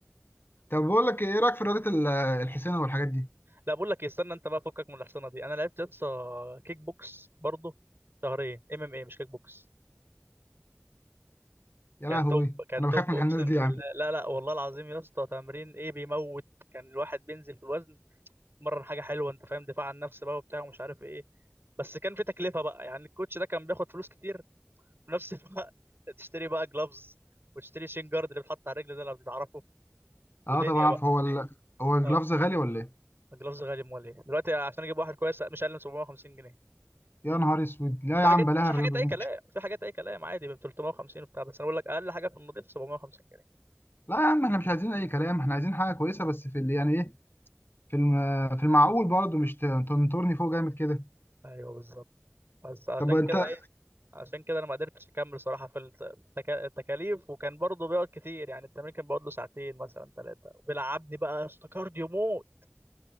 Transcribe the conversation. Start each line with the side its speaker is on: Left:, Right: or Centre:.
Left: طب بقول لك ايه إيه رايك في رياضه ال- الحسينه والحاجات دي
Right: لا بقول لك إيه، استنى انت بقى فكك من الحصانه دي انا لعبت يسطا كيك بوكس برضه شهرين ام ام اي مش كيك بوكس
Left: يا
Right: كان
Left: لهوي
Right: توب كان
Left: انا
Right: توب
Left: بخاف من
Right: اقسم
Left: الناس دي يا
Right: بالله
Left: عم
Right: لا لا والله العظيم يا اسطى تمرين ايه بيموت كان الواحد بينزل في الوزن مرن حاجه حلوه انت فاهم دفاع عن النفس بقى وبتاع ومش عارف ايه بس كان في تكلفه بقى يعني الكوتش ده كان بياخد فلوس كتير في نفس الوقت <laughs> تشتري بقى جلافز وتشتري شين جارد اللي بيتحط على الرجل ده لو بتعرفه ودنيا
Left: اه طبعا
Right: بقى
Left: عارف هو ال... هو الجلافز
Right: اه
Left: غالي ولا ايه
Right: الجلافز غالي امال ايه دلوقتي عشان اجيب واحد كويس مش اقل من 750 جنيه
Left: يا نهار اسود لا
Right: في
Left: يا
Right: حاجات
Left: عم بلاها
Right: في
Left: الرياضه
Right: حاجات اي
Left: دي
Right: كلام في حاجات اي كلام عادي ب 350 وبتاع بس انا بقول لك اقل حاجه في النضيف 750 جنيه
Left: لا يا عم احنا مش عايزين اي كلام احنا عايزين حاجه كويسه بس في اللي يعني ايه في الم... في المعقول برضه مش ت- تنطرني فوق جامد كده
Right: ايوه بالظبط بس عشان
Left: طب انت
Right: كده
Left: <laughs>
Right: ايه عشان كده انا ما قدرتش اكمل صراحه في التك- التكاليف وكان برضه بيقعد كتير يعني التمرين كان بيقعد له ساعتين مثلا ثلاثه وبيلعبني بقى استكارد موت